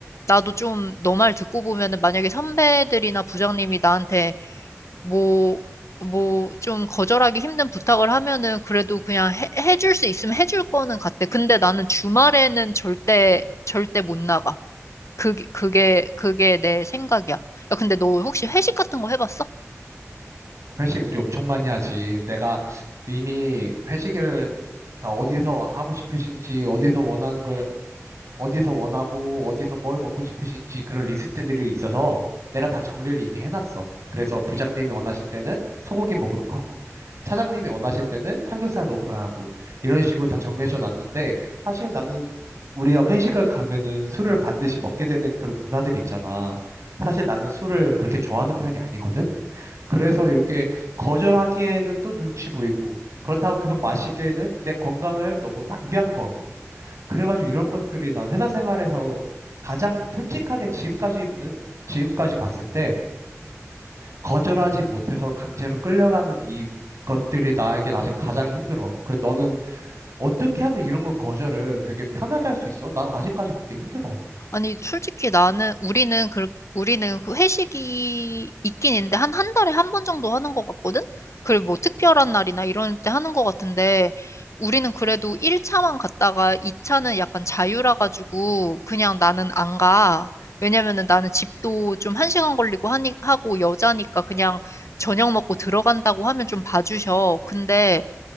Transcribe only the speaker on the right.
회식 우리 엄청 많이 하지. 내가 이미 회식을 다 어디서 하고 싶으신지, 어디서 원하는 걸 어디서 원하고 어디서 뭘 먹고 싶으신지 그런 리스트들이 있어서 내가 다 정리를 이미 해놨어. 그래서 부장님이 원하실 때는 소고기 먹으러 가고 차장님이 원하실 때는 삼겹살 먹으러 하고 이런 식으로 다 정해져 놨는데 사실 나는 우리가 회식을 가면은 술을 반드시 먹게 되는 그런 문화들 있잖아. 사실 나는 술을 그렇게 좋아하는 편이 아니거든. 그래서 이렇게 거절하기에는 또 눈치 보이고, 그렇다고 계속 마시기에는 내 건강을 너무 낭비하는 것 같고. 그래가지고 이런 것들이 난 회사 생활에서 가장 솔직하게 지금까지는, 지금까지 봤을 때, 거절하지 못해서 강제로 끌려가는 이 것들이 나에게 아직 가장 힘들어. 그래, 너는 어떻게 하면 이런 거 거절을 되게 편하게 할 수 있어? 난 아직까지 그게 힘들어.